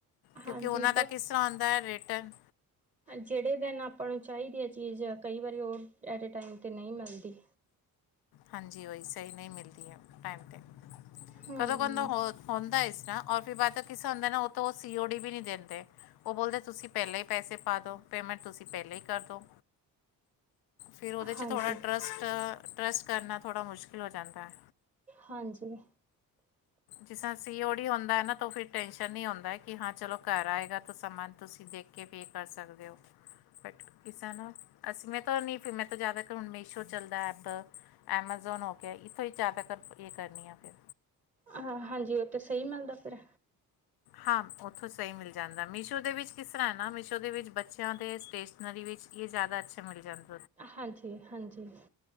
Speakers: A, on the left (about 80°); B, on the right (about 20°).
A: ਕਿਉਂਕਿ
B: ਹਾਂਜੀ
A: ਓਨਾਂ ਦਾ ਕਿੱਸਾ ਆਉਂਦਾ ਐ ਰਟਰਨ
B: ਜੇੜੇ ਦਿਨ ਆਪਾਂ ਨੂੰ ਚਾਈਦੀ ਏ ਚੀਜ਼ ਕਈ ਵਾਰੀ ਓ ਐਟੇ ਟਾਈਮ ਤੇ ਨਈ ਮਿਲਦੀ।
A: ਹਾਂਜੀ ਓਈ ਸਈ ਨਈ ਮਿਲਦੀ ਆ ਟੈਮ ਤੇ,
B: ਹੂੰ,
A: ਕਦੋਂ-ਕਦੋਂ ਹੋ ਹੁੰਦਾ ਇਸ ਤਰ੍ਹਾਂ ਔਰ ਫੇਰ ਬਾਦ ਕਿਸਾ ਹੁੰਦਾ ਨਾ ਓ ਤਾਂ ਓ ਸੀ ਓ ਡੀ ਵੀ ਨੀ ਦਿੰਦੇ ਓ ਬੋਲਦੇ ਤੁਸੀਂ ਪੈਲੇ ਈ ਪੈਸੇ ਪਾ ਦੋ ਪੇਮੈਂਟ ਤੁਸੀਂ ਪੈਲੇ ਈ ਕਰਦੋ ਫੇਰ ਓਦੇ ਚ
B: ਹਾਂਜੀ।
A: ਥੋੜਾ ਟਰਸਟ-ਟਰਸਟ ਕਰਨਾ ਥੋੜਾ ਮੁਸ਼ਕਿਲ ਹੋ ਜਾਂਦਾ ਐ।
B: ਹਾਂਜੀ।
A: ਜਿਸ ਸਾ ਸੀ ਓ ਹੁੰਦਾ ਏ ਨਾ ਫਿਰ ਟੈਸ਼ਨ ਨੀ ਹੁੰਦਾ ਕਿ ਹਾਂ ਚਲੋ ਘਰ ਆਏਗਾ ਤਾਂ ਸਮਾਨ ਤੁਸੀਂ ਦੇਖ ਕੀ ਪੇ ਕਰ ਸਕਦੇ ਓ। ਬਟ ਕਿਸਾ ਨਾ ਅਸੀਂ ਮੈਂ ਤਾਂ ਨੀ ਮੈਂ ਤਾਂ ਜਾਦਾ ਹੁਨ ਮੀਸ਼ੋ ਚੱਲਦਾ ਐਪ ਐਮਾਜ਼ੋਨ ਹੋ ਗਿਆ ਇੱਥੋਂ ਹੀ ਜ਼ਿਆਦਾਤਰ ਇਹ ਕਰਨੀ ਆ ਫਿਰ
B: ਆਹ ਹਾਂਜੀ ਓ ਤੇ ਸਈ ਮਿਲਦਾ ਫੇਰ
A: ਹਾਂ ਓਥੋਂ ਸਈ ਮਿਲ ਜਾਂਦਾ ਮੀਸ਼ੋ ਦੇ ਵਿੱਚ ਕਿਸ ਤਰ੍ਹਾਂ ਨਾ ਮੀਸ਼ੋ ਦੇ ਵਿੱਚ ਬੱਚਿਆਂ ਦੇ ਸਟੇਜ ਨਰੀ ਵਿੱਚ ਇਹ ਜਾਦਾ ਅੱਛਾ ਮਿਲ ਜਾਂਦਾ।
B: ਹਾਂਜੀ-ਹਾਂਜੀ।